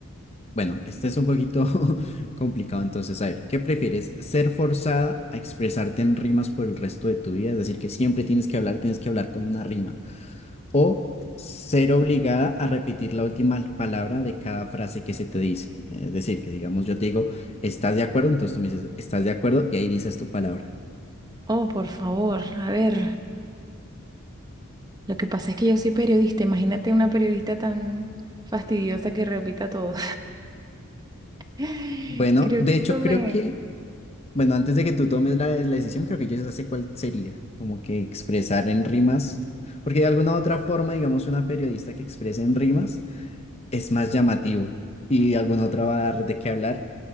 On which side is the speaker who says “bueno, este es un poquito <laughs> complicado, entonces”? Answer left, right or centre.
Left